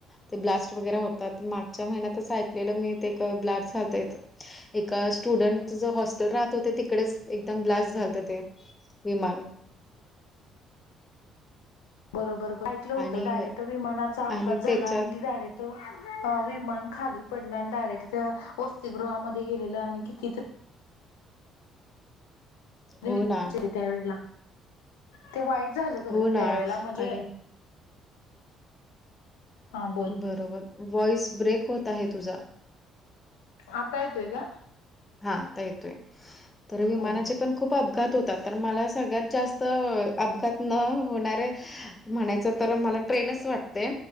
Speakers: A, on the left (about 20°); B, on the left (about 90°).
A: ते ब्लास्ट वगैरे होतात मागच्या महिन्यातचं ऐकलेलं मी ते एक ब्लास्ट झालतय. एका स्टुडंट ज हॉस्टेल राहत होते तिकडेच एकदम ब्लास्ट झाल ते. विमान.
B: बरोबर ऐकलं होतं
A: आणि
B: डारेक्ट विमानाचा अघात
A: आणि
B: झाला
A: त्याच्यात
B: आणि डायरेक्ट विमान खाली पडलं आणि डायरेक्ट वसतिगृहामध्ये गेले आणि कितीतरी
A: हो
B: विद्यार्थी
A: ना.
B: त्यावेळेला ते वाईट झालं खरं
A: हो ना
B: त्यावेेळेला म्हणजे
A: आणि
B: हा बोल
A: बरोबर वॉइस ब्रेक होत आहे तुझा.
B: आता येतोय का?
A: हा येतोय. तर
B: बोल
A: विमानाचे
B: बोल
A: पण खूप अपघात होतात. तर मला सगळ्यात जास्त अपघात न होणारे म्हणायचं तर मला ट्रेनच वाटते.